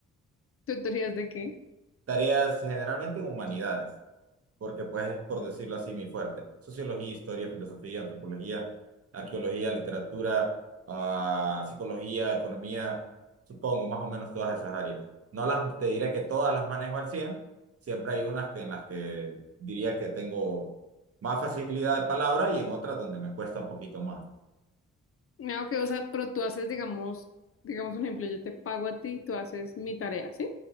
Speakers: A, on the left; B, on the right.
A: ¿Tutorías de qué?
B: Tareas generalmente en humanidades. porque pues es, por decirlo así, mi fuerte. Sociología, historia, filosofía, antropología, arqueología, literatura, ah, psicología, economía, supongo, más o menos todas esas áreas. No las, te diré que todas las manejo al cien siempre hay unas que en las que diría que tengo más facilidad de palabra y en otras donde me cuesta un poquito más.
A: No, que, o sea, pero tú haces, digamos, digamos un ejemplo, yo te pago a ti y tú haces mi tarea, ¿sí?